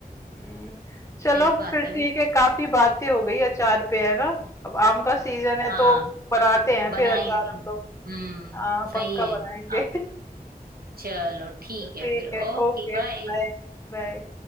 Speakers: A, on the left; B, on the right.
A: हम्म, चलो
B: सही बात
A: फिर
B: है भाई
A: ठीक है काफी बातें हो गई अचार पे है ना अब आम का सीजन है
B: हाँ
A: तो बनाते हैं
B: बनाएंगे
A: फिर अचार हम लोग
B: हम्म
A: हाँ
B: सही
A: पक्का
B: है
A: बनाएंगे
B: अब
A: <laughs>
B: चलो ठीक
A: ठीक
B: है फिर
A: है
B: ओके
A: ओके
B: बाय
A: बाय बाय